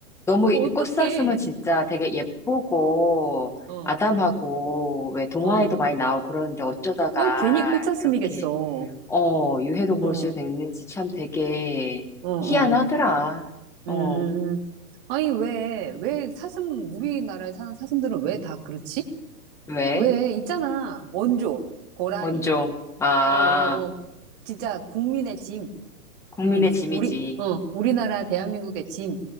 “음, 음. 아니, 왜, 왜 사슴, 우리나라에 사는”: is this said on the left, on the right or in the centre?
Right